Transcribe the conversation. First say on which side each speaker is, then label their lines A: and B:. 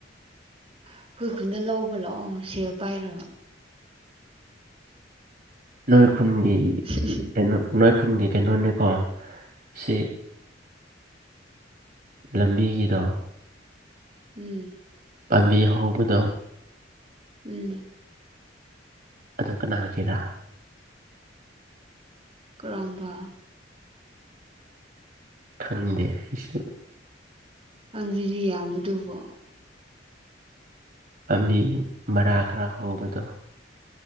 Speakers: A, on the right; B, on the right.
A: ꯑꯩꯈꯣꯏ ꯈꯨꯟꯗ ꯂꯧꯕ ꯂꯥꯛꯑꯣ ꯁꯦꯜ ꯄꯥꯏꯔꯕ
B: ꯅꯣꯏ ꯈꯨꯟꯒꯤ
A: <unintelligible>
B: ꯀꯩꯅꯣ ꯅꯣꯏꯈꯨꯟꯒꯤ ꯀꯩꯅꯣꯅꯤꯀꯣ ꯁꯤ ꯂꯝꯕꯤꯒꯤꯗꯣ
A: ꯎꯝ
B: ꯄꯥꯝꯕꯤ ꯍꯧꯕꯗꯣ
A: ꯎꯝ꯫
B: ꯑꯗꯣ ꯀꯅꯥꯒꯤꯔꯥ
A: ꯀꯔꯝꯕ꯫
B: ꯈꯪꯗꯦ ꯑꯩꯁꯨ
A: ꯕꯤꯔꯤꯌꯥꯝꯕꯗꯨꯕꯣ
B: ꯂꯝꯕꯤ ꯃꯔꯥ ꯈꯔ ꯍꯧꯕꯗꯣ